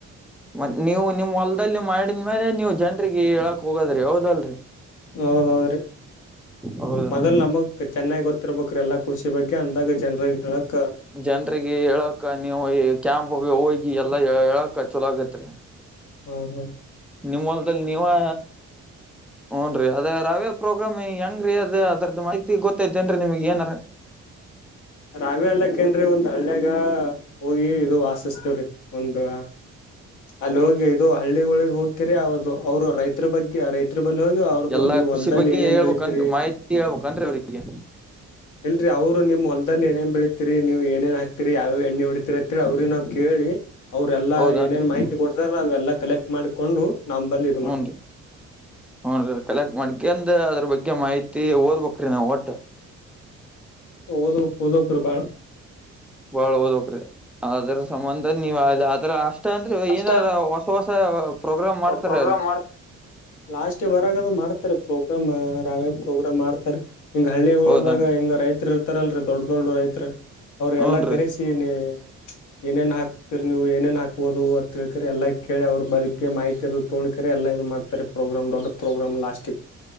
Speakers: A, in the centre; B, on the left (about 80°).
A: ಮತ್ ನೀವು ನಿಮ್ ಹೊಲ್ದಲ್ಲಿ ಮಾಡಿದ್ಮೇಲೆ ನೀವ್ ಜನ್ರಿಗೆ ಹೇಳಕೊಗೋದ್ರಿ ಹೌದಲ್ರಿ.
B: ಹೌದೌದ್ರೀ
A: ಹೌದ
B: ಮದಲ್ ನಮಗ್ ಕ್ಕ್ ಚೆನ್ನಾಗಿ ಗೊತ್ತಿರ್ಬೇಕ್ರಿ ಎಲ್ಲಾ ಕೃಷಿ ಬಗ್ಗೆ ಅಂದಾಗ ಜನ್ರಿಗಿ ಹೇಳಕ್ಕ.
A: ಜನ್ರಿಗಿ ಹೇಳಕ ನೀವು ಈ ಕ್ಯಾಂಪ್ಗು ಹೋಗಿ ಎಲ್ಲಾ ಹೇಳಕ ಚಲೋ ಆಗತ್ರಿ.
B: ಹೌದೌದ್.
A: ನಿಮ್ಮೋಲ್ದಲ್ಲಿ ನೀವಾ. ಹುನ್ರೀ ಅದ ರಾವೇ ಪ್ರೋಗ್ರಾಮ್ ಹೆಂಗ ರೀ ಅದ ಅದ್ರದ ಮಾಹಿತಿ ಗೊತ್ತೖತೆನ್ರಿ ನಿಮ್ಗ್ ಏನರ.
B: ರಾವ್ಯ ಅಲ್ಲಕ್ಕೇನ್ರಿ ಒಂದ್ ಹಳ್ಳಿಯಾಗ ಹೋಗಿ ಇದು ವಾಸಿಸ್ತೀವ್ರಿ. ಒಂದು. ಅಲ್ಲಿ ಹೋಗಿ ಇದು ಹಳ್ಳಿಗೋಳಿಗ್ ಹೋಕ್ಕಿರಿ ಅವ್ದು ಅವ್ರು ರೈತರ ಬಗ್ಗೆ ರೈ ತ್ರಿ ಬಲ್ಲಿ ಹೋಗಿ ಅವ್ರುದುು
A: ಎಲ್ಲಾ
B: ನೀವ್
A: ಕೃಷಿ
B: ಹೊಲ್ದಲ್ಲಿ
A: ಬಗ್ಗೆ
B: ಏನೇನ್
A: ಹೇಳ್ಬೇಕನ್
B: ಬೆಳಿತ್ರೀ.
A: ಮಾಹಿತಿ ಹೇಳ್ಬೇಕನ್ರಿ ಅವ್ರಿಗೆ
B: ಇಲ್ರಿ ಅವ್ರು ನಿಮ್ ಹೊ ತಲ್ಲಿ ಏನೆನ್ ಬೇಳಿತ್ರೀ ನೀವು ಏನೇನ್ ಹಾಕ್ತಿರಿ ಯಾವೆವ್ ಎಣ್ಣಿ ಹೊಡಿತ್ರಿ ಅತ್ತೇಳಿ ಅವ್ರಿಗ್ ನಾವ್ ಕೇಳೀ. ಅವ್ರೆಲ್ಲಾ
A: ಹೌದನ್ರಿ
B: ಏನೇನ್ ಮಾಹಿತಿ ಕೊಡ್ತಾರಲ ಅವೆಲ್ಲಾ ಕಲೆಕ್ಟ್ ಮಾಡಿಕೊಂಡು ನಂಬಲ್ಲಿ.
A: ಹುನ್ರೀ ಹುನ್ರೀ ಕಲೆಕ್ಟ್ ಮಾಡ್ಕೇನ್ ತ ಅದ್ರ ಬಗ್ಗೆ ಮಾಹಿತಿ ಓದ್ಬಕ್ರೀ ನಾವು ಒಟ್ಟ.
B: ಓದ್ಬಕ್ ಓದ್ಬಕ್ರಿ ಬಾಳ.
A: ಬಾಳ್ ಒದ್ಬೇಕ್ರಿ ಅದ್ರ ಸಂಬಂಧ ನೀವ್ ಆದ್ ಆದ್ರ ಅ ಸ್ಟ ಅಂದ್ರೆ
B: ಅಷ್ಟ
A: ಏನಾರ ಹೊಸ ಹೊಸ ಪ್ರೋಗ್ರಾಮ್ ಮಾಡ್ತಾರ
B: ಪ್ರೋಗ್ರಾಮ್ ಲಾಸ್ಟ್ ಬರಾಗದ ಮಾಡ್ತಾರಿ ಪೊಕಮ್ಮ ರಾವೇ ಪ್ರೋಗ್ರಾಮ್ ಮಾಡ್ತಾರಿ. ಹಿಂಗ ಹಳ್ಳಿಗೊಳದಾಗ
A: ಹೌದಾ
B: ಹಿಂಗ ರೈತ್ರು ಇರ್ತಾರಲ್ರೀ ದೊಡ್ಡ ದೊಡ್ಡ ರೈತ್ರ್ ಅವ್ರರಿಗೆಲ್ಲಾ
A: ಹೂನ್ರಿ
B: ಕಲಿಸಿ ತಿನಿ ಏನೇನ್ ಹಾಕ್ತಿರಿ ನೀವು ಏನೇನ್ ಹಾಕ್ಬೋದು. ತಿಳ್ಕರಿ ಎಲ್ಲ ಕೇಳಿ ಅವ್ರ ಬದುಗ್ಗೆ ಮಾಹತಿ ಅದು ತೋಣ್ಕರಿ ಎಲ್ಲ ಇದು ಮಾಡ್ತಾರೆ ಪ್ರೋಗ್ರಾಮ್ ದೊಡ್ಡ ಪ್ರೋಗ್ರಾಮ್ ಲಾಸ್ಟಿ